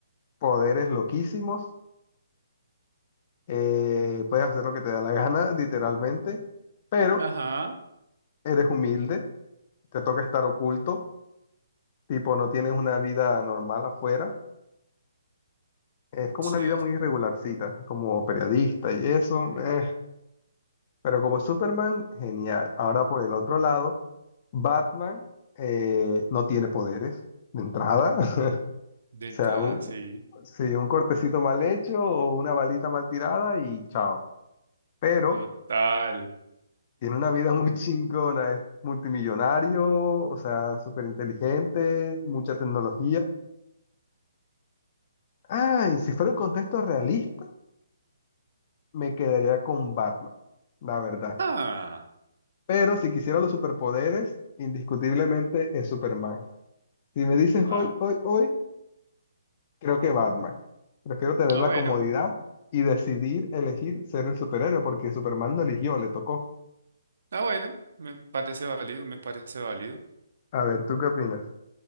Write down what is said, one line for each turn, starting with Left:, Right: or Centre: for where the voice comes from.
Left: poderes loquísimos, eh, puedes hacer lo que te da la gana, <laughs> literalmente, pero
Right: Ajá.
Left: eres humilde, te toca estar oculto, tipo, no tienes una vida normal afuera. Es como
Right: Cierto.
Left: una vida muy irregularcita, como periodista y eso. eh. Pero como Superman, genial. Ahora por el otro lado, Batman eh, no tiene poderes de entrada. <laughs>
Right: De entrada,
Left: O sea, un,
Right: sí,
Left: sí, un cortecito mal hecho o una balita mal tirada y chao. Pero
Right: total.
Left: tiene una vida <laughs> muy chingona, es multimillonario, o sea, súper inteligente, mucha tecnología. Ah, y si fuera un contexto realista, me quedaría con Batman, la verdad.
Right: Ah,
Left: Pero si quisiera los superpoderes, indiscutiblemente es Superman. Si me dices
Right: ah,
Left: hoy, hoy, hoy, Creo que Batman. Prefiero tener
Right: ah,
Left: la
Right: bueno,
Left: comodidad y decidir elegir ser el superhéroe porque Superman no eligió, le tocó.
Right: ah, bueno, me parece válido, me parece válido.
Left: A ver, ¿tú qué opinas?